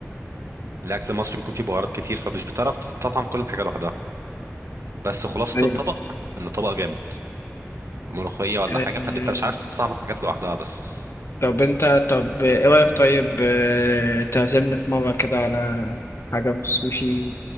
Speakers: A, on the right; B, on the left.
A: الاكل المصري بيكون فيه بهارات كتير فمش بتعرف تستطعم كل حاجه لوحدها بس خلاصه
B: ايوه
A: الطبق انه طبق جامد ملوخيه ولا
B: آه،
A: حاجه انت انت مش عارف تستطعم الحاجات لوحدها بس
B: طب انت طب ايه رايك طيب آه، تعزمنا في مره كده على حاجه من السوشي